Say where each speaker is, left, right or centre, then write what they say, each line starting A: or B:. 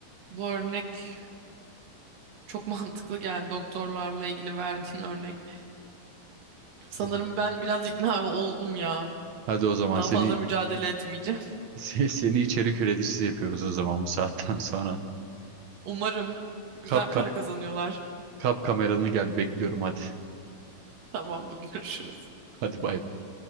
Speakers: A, on the right; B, on the right.
A: bu örnek çok <laughs> mantıklı geldi doktorlarla ilgili verdiğin örnek. Sanırım
B: Yani
A: ben biraz ikna oldum ya.
B: Hadi o zaman
A: Daha
B: seni
A: fazla mücadele etmeyeceğim.
B: <laughs> se- seni içerik üreticisi yapıyoruz o zaman bu saatten sonra.
A: Umarım güzel
B: Kap
A: para kazanıyorlar.
B: Kap kameranı gel bekliyorum hadi.
A: Tamamdır, görüşürüz.
B: Hadi bay bay.